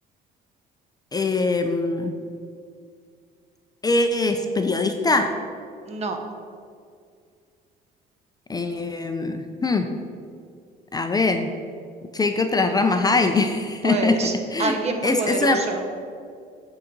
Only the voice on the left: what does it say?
em, es periodista.
em, hmm, a ver, che, ¿qué otras ramas hay?
<laughs>
Es,
es una,